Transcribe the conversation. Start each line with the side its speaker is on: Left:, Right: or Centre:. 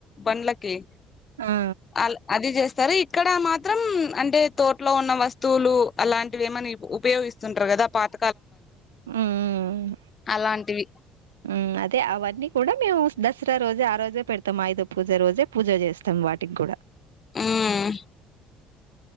Left: బండ్లకి
Right: ఆ
Left: అ అది చేస్తారు ఇక్కడ మాత్రం అంటే తోటలో ఉన్న వస్తు వస్తువులు అలాంటివి ఏమనా ఉపయోగిస్తుంటరు కదా పాత
Right: ఉమ్
Left: అలాంటివి
Right: మ్ అదే అవన్నీ కూడా మేము దసరా రోజే ఆ రోజే పెడతాం ఐదొవ పూజ రోజే పూజ చేస్తాం వాటికి కూడా
Left: ఉమ్